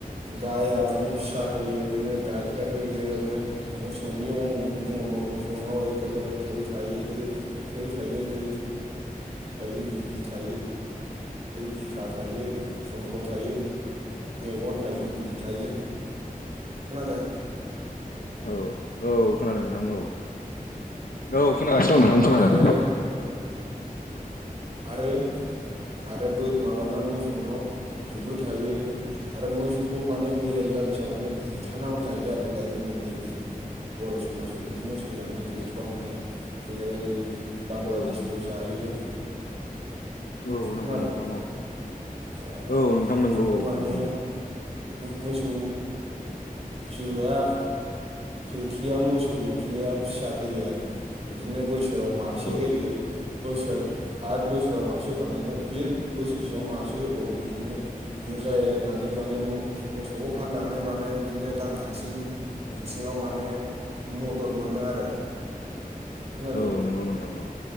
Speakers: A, on the right (about 45°); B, on the left (about 70°).
A: गाया माने फिसा होयो बिनो गाइखेर होयो ओमफाय मोसौनि अंग'खौ बुङोबा मोसौनाव एखेबारे थै थायो दै थै थायो दै थायो बिबु थायो बिखा थायो समफ्ल' थायो मेगन थायो बुगि थायो। खोनादों
B: औ औ खोनादों नोंथां औ। औ खोनागासिनो दं नोंथां खोनादों
A: आरो आरो आरो बो माबानाव मोसौनाव बिगुर थायो आरो मोसौखौ माने बेलेग जाथिया माने बुथारानाबो जायो आरो दा जोंनि नैबे बर' समाजाव बिदि मोसौ जानाय गैथ'वा माने बेलेग ओरै बांलादेशफोराव
B: औ नों
A: जायो।
B: औ
A: खोनादों
B: नंगौ नोंथां औ
A: ओ
B: औ नोंथां
A: मोसौखौ
B: नंगौ औ
A: माने
B: नंगौ नंगौ
A: मोसौ जोआ जोख्लिया मोसौ जोख्लिया फिसा होयो आरो। बिदिनो बोसोराव मासे
B: औ
A: होयो। बोसोर आर बोसोराव मासे होखांनानै फिर बोसोरसेयाव मासे होबावो। बिदिनो बुरजाया एरनानै माने मो मोसौखौ फाननानै माने बिदिनो रांखान्थि बिथिङाव माने मदद मोनो आरो। खोनादों?
B: औ औ नंगौ नोंथां औ